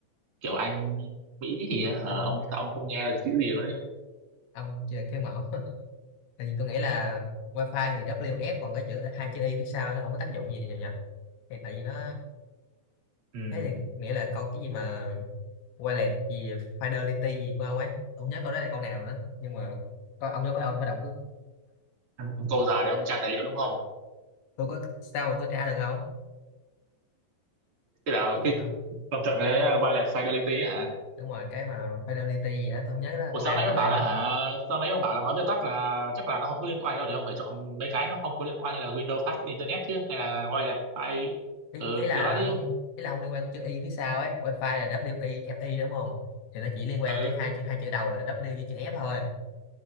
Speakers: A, on the right (about 40°); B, on the left (about 80°).
A: kiểu Anh Mỹ thì hả,
B: anh
A: ông sao ông không nghe được chữ gì luôn ấy
B: ông chưa được cái mẫu <laughs> tại vì tôi nghĩ là wifi thì WF còn có chữ hai chữ y phía sau nó không có tác dụng gì nhờ nhờ thì tại vì nó
A: ừ.
B: thế thì nghĩa là câu cái gì mà Wallet gì Fidelity gì của ông ấy tôi không nhớ câu đó là câu nào nữa nhưng mà có ông nhớ có ông phải đọc cái
A: ông, ông câu giờ để ông tra tài liệu đúng không
B: tôi có sao mà tôi tra được không
A: thế là
B: cái
A: cái
B: gì mà
A: ông chọn cái wireless fidelity ấy hả
B: đúng rồi cái mà Fidelity gì đó tôi không nhớ đó là
A: Ủa
B: câu
A: sao
B: A
A: nãy
B: hay
A: ông
B: B
A: bảo là
B: nữa
A: hả sao nãy ông bảo là nói viết tắt là chắc là nó không có liên quan đâu thì ông phải chọn mấy cái nó không có liên quan như là Windows Fast Internet chứ hay là wireless file
B: ý,
A: ừ
B: ý là
A: cái đó chứ
B: không ý là không liên quan tới chữ Y phía sau ấy Wi-Fi là W I F I đúng không thì nó chỉ liên quan
A: ừ
B: tới hai chữ hai chữ đầu là W với chữ F thôi